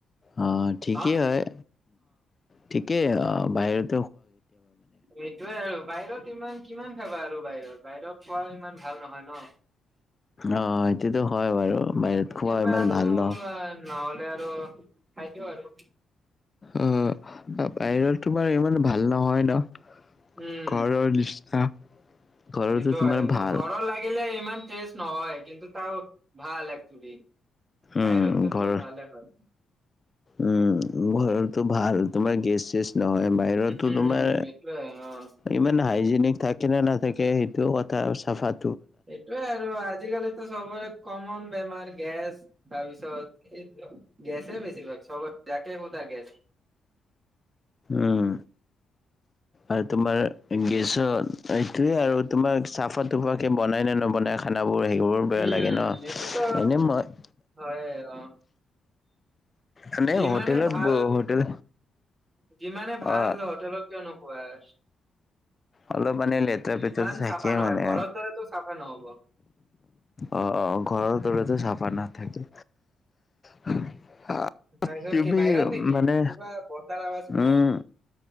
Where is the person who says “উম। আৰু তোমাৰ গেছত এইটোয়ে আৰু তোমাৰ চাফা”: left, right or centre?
Left